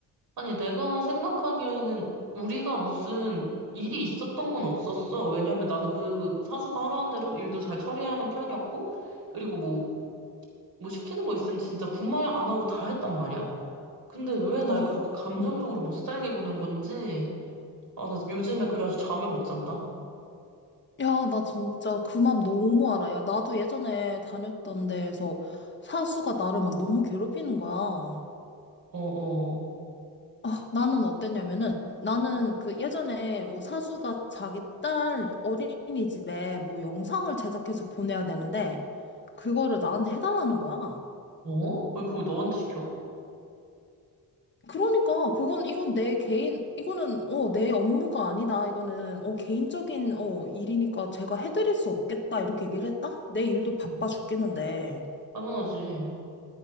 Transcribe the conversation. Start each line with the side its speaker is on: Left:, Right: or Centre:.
Right: 아니 내가 생각하기에는 우리가 무슨 일이 있었던 건 없었어. 왜냐면 나는 그 사수가 하라는 대로 일도 잘 처리하는 편이었고 그리고 뭐 뭐 시키는 거 있으면 진짜 군말 안 하고 다 했단 말이야. 근데 왜 날
Left: 어,
Right: 그렇게 감정적으로
Left: 음.
Right: 못 살게 구는 건지 아 나 요즘에 그래가지고 잠을 못 잔다.
Left: 야, 나 진짜 그 맘 너무 알아. 야, 나도 예전에 다녔던 데에서 사수가 나를 막 너무 괴롭히는 거야.
Right: 어어.
Left: 아, 나는 어땠냐면은, 나는 그 예전에 뭐, 사수가 자기 딸 어린이집에 뭐, 영상을 제작해서 보내야 되는데, 그거를 나한테 해달라는 거야.
Right: 어? 왜 그걸 너한테 시켜?
Left: 그러니까 그건 이건 내 개인 이거는 어 내 업무가 아니다 이거는 어 개인적인 어 일이니까 제가 해드릴 수 없겠다 이렇게 얘기를 했다 내 일도 바빠
Right: 음,
Left: 죽겠는데
Right: 당연하지.